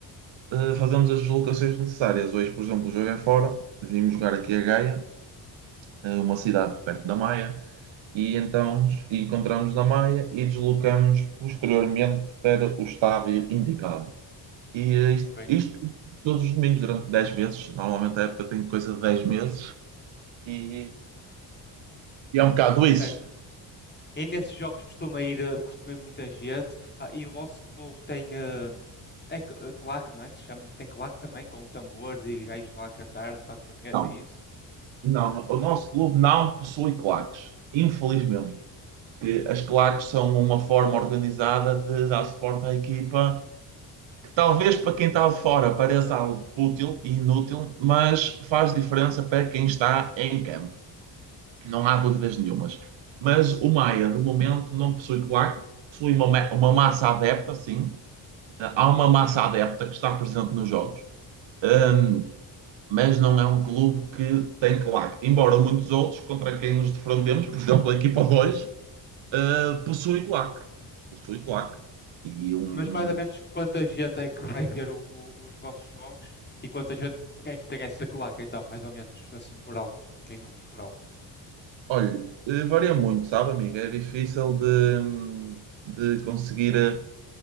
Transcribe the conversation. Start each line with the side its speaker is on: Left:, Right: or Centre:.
Right: eh, fazemos as deslocações necessárias. Hoje, por exemplo, o jogo é fora. Vimos jogar aqui a Gaia, eh, uma cidade perto da Maia. e então encontramos na Maia e deslocamos posteriormente para o estádio indicado. E eh, isto,
Left: ok.
Right: isto todos os domingos, durante 10 meses. Normalmente a época tem coisa de 10 meses. E, e é um bocado
Left: Certo.
Right: isso.
Left: E nesses jogos costuma ir, eh, costuma ir muita gente. Ah, e o vosso clube tem. eh, é cl- eh, claque, não é? Que se chama? Tem claque também, com tambores e gajos lá a cantar, tocar corneta,
Right: Não,
Left: é isso?
Right: não, o nosso clube não possui claques. Infelizmente. Que as claques são uma forma organizada de dar suporte à equipa que talvez para quem está de fora pareça algo fútil e inútil, mas faz diferença para quem está em campo. não há dúvidas nenhumas. Mas o Maia, de momento, não possui, claro, possui uma, uma massa adepta, sim. Eh, Há uma massa adepta que está presente nos jogos. Ahm, mas não é um clube que tem claque. Embora muitos outros, contra quem nos defrontemos, por exemplo, a equipa 2, eh, possui claque. Possui claque. E um...
Left: Mas mais ou menos quanta gente é que vai ver o- o- os vossos jogos e quanta gente é que tem essa claque então, mais ou menos, assim por alto, em números por alto.
Right: Olha, eh, varia muito, sabe, amiga? É difícil de, de conseguir... eh,